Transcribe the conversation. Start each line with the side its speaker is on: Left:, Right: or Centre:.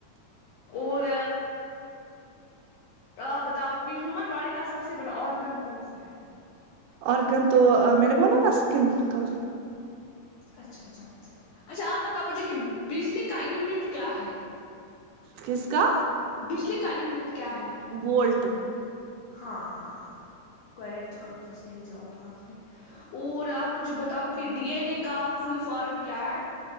Left: اور آ بتاؤ کہ ہیومن باڈی کا سب سے بڑا آرگن کون سا ہے
Right: آرگن تو میں نے بولا نا اسکن کل
Left: اچھا اچھا اچھا آپ بتاؤ مجھے کہ بجلی کا یونٹ کیا ہے
Right: کس کا
Left: بجلی کا یونٹ کیا ہے
Right: وولٹ
Left: ہاں ہاں کریکٹ آنسر صحیح جواب کہا آپ نے اور آپ مجھے بتاؤ کہ ڈی این کا فل فارم کیا ہے